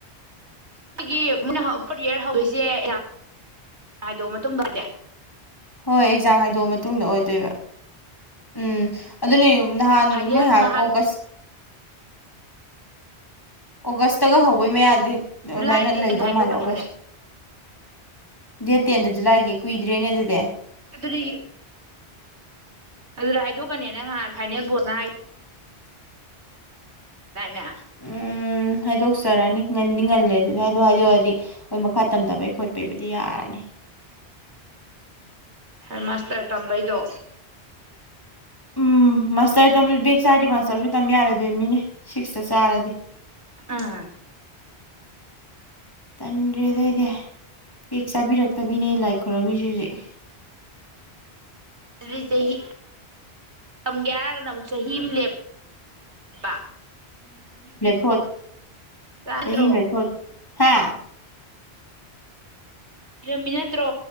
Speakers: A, on the right; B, on the left.
A: ꯁꯤꯒꯤ ꯃꯣꯏꯅ ꯐꯣ꯭ꯔꯠꯌꯔ ꯍꯧꯗꯣꯢꯁꯦ ꯑꯦꯛꯖꯥꯝ ꯍꯥꯏꯗꯣꯛꯑ ꯃꯇꯨꯡꯗ
B: ꯍꯣꯏ ꯑꯦꯛꯖꯥꯝ ꯍꯥꯏꯗꯣꯛꯑ ꯃꯇꯨꯡꯗ ꯑꯣꯏꯗꯣꯏꯕ ꯎꯝ ꯑꯗꯨꯅꯦ ꯅꯍꯥꯟ
A: ꯐꯥꯏꯅꯦꯜ
B: ꯃꯣꯏ ꯍꯥꯢꯗꯣ
A: ꯅꯍꯥꯟ
B: ꯑꯣꯒꯁ ꯑꯣꯒꯁꯇꯒ ꯍꯧꯕꯩ ꯃꯌꯥꯅꯤ ꯑꯗꯨꯃꯥꯏꯅ
A: ꯖꯨꯂꯥꯏ ꯗꯦꯠ
B: ꯂꯩꯗꯧ
A: ꯇꯦꯟꯗ ꯍꯥꯏꯗꯣꯛꯀꯅꯤ
B: ꯃꯥꯜꯂꯦ ꯑꯣꯒꯁ
A: ꯍꯥꯏꯕꯅꯦ
B: ꯗꯦꯠ ꯇꯦꯟꯗ ꯖꯨꯂꯥꯏꯒꯤ ꯀꯨꯏꯗ꯭ꯔꯦꯅꯦ ꯑꯗꯨꯗꯤ
A: ꯑꯗꯨꯗꯤ ꯑꯗꯨꯗ ꯍꯥꯏꯗꯣꯛꯀꯅꯦ ꯉꯥꯍꯥꯟ ꯐꯥꯏꯅꯦꯜ ꯕꯣꯔꯠꯅ ꯍꯥꯏ ꯍꯥꯏꯗꯥꯏꯅꯦ
B: ꯎꯝ ꯍꯥꯏꯗꯣꯛꯆꯔꯅꯤ ꯉꯟꯗꯤ ꯉꯜꯂꯦ ꯑꯗꯨꯗꯤ ꯑꯗꯨ ꯍꯥꯏꯗꯣ ꯍꯥꯏꯗꯣꯛꯑꯗꯤ ꯍꯣꯏ ꯃꯈꯥ ꯇꯝꯊꯕꯩ ꯈꯣꯠꯄꯩꯕꯨꯗꯤ ꯌꯥꯔꯅꯤ
A: ꯍꯔ ꯃꯥꯁꯇꯔ ꯇꯝꯕꯩꯗꯣ
B: ꯎꯝ ꯃꯥꯁꯇꯔ ꯇꯝꯕꯗ ꯕꯦꯛ ꯆꯥꯔꯗꯤ ꯃꯥꯁꯇꯔꯁꯨ ꯇꯝ ꯌꯥꯔꯣꯏꯗꯣꯏ ꯃꯤꯅꯦ ꯁꯤꯛꯁꯇ ꯆꯥꯔꯗꯤ
A: ꯑꯥ
B: ꯇꯟꯈ꯭ꯔꯦꯗ ꯑꯩꯗꯤ ꯕꯦꯛ ꯆꯥꯕꯤꯔꯛꯇꯕꯤꯅꯦ ꯑꯩꯅ ꯂꯥꯏ ꯈꯣꯏꯔꯝꯃꯤꯁꯤ ꯍꯧꯖꯤꯛ
A: ꯑꯗꯨꯗꯤ ꯆꯍꯤ ꯇꯝꯒꯦ ꯍꯥꯏꯔꯒꯅ ꯑꯃꯨꯛ ꯆꯍꯤ ꯑꯃ ꯂꯦꯞꯄ
B: ꯊꯣꯠ
A: ꯆꯥꯗ꯭ꯔꯣ
B: ꯆꯍꯤꯅ ꯊꯣꯠ ꯍꯥ
A: ꯏꯔꯝꯃꯤ ꯅꯠꯇ꯭ꯔꯣ